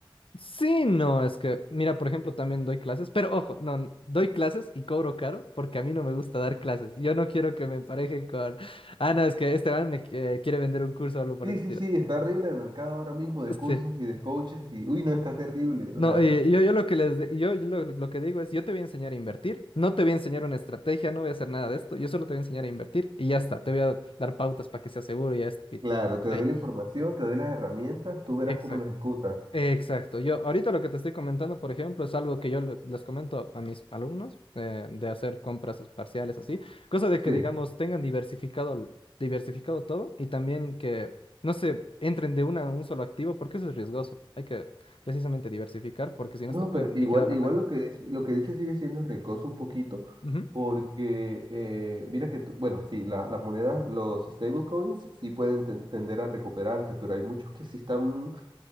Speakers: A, on the left; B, on the right.
A: Sí, no, es que, mira, por ejemplo, también doy clases, pero ojo, no, n- doy clases y cobro caro porque a mí no me gusta dar clases. Yo no quiero que me emparejen con, ah, no, es que Esteban me qui- quiere vender un curso o algo por
B: Sí,
A: el estilo.
B: sí, sí, está horrible el mercado ahora mismo de
A: Sí.
B: cursos y de coaches y, uy, no, está terrible.
A: No,
B: O sea,
A: y yo, yo lo que les, di- yo, yo lo, lo que digo es, yo te voy a enseñar a invertir, no te voy a enseñar una estrategia, no voy a hacer nada de esto, yo solo te voy a enseñar a invertir y ya está, te voy a dar pautas para que sea seguro y ya es. y-
B: claro, te doy
A: Sí,
B: la información, te doy las herramientas, tú verás
A: exacto.
B: cómo lo ejecutas.
A: Exacto. Yo ahorita lo que te estoy comentando, por ejemplo, es algo que yo le- les comento a mis alumnos eh, de hacer compras parciales así, cosa de que
B: Sí.
A: digamos tengan diversificado l- diversificado todo y también que no se entren de una a un solo activo porque eso es riesgoso. Hay que precisamente diversificar porque si no
B: No,
A: se te pueden
B: pero igual,
A: liquidar la
B: igual
A: cuenta.
B: lo que dice, lo que dice sigue siendo riesgoso un poquito,
A: Ujú.
B: porque eh, mira que, tú- bueno, sí, la- las monedas, los stablecoins sí pueden ten- tender a recuperarse, pero hay muchos que sí están,